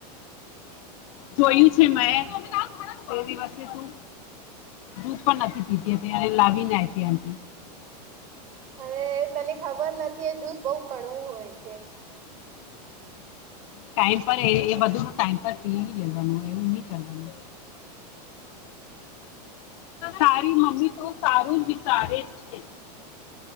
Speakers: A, on the left; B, on the right.
A: જોયું છે મે થો દિવસે તું જૂસ પણ નથી પીતી હતી અને લાવી ના હતી આ
B: અ તને ખબર નથી એ જૂસ બહુ કડવું હોય છે હમ
A: ટાઈમ પર એ બધું ન ટાઈમ પર પી લેવાનું એવું નહી કરવાનું તારી મમ્મી તો સારું જ વિચારે છે